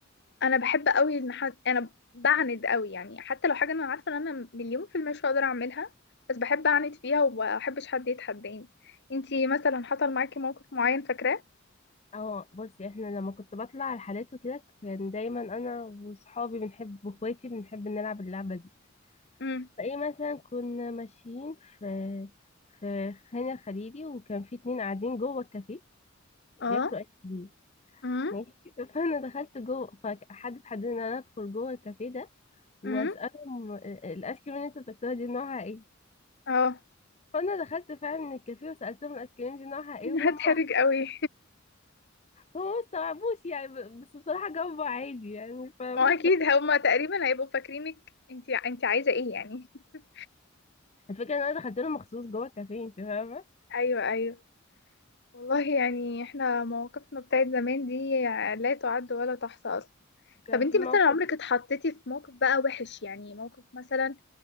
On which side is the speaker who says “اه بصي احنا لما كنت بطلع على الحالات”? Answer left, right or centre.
Left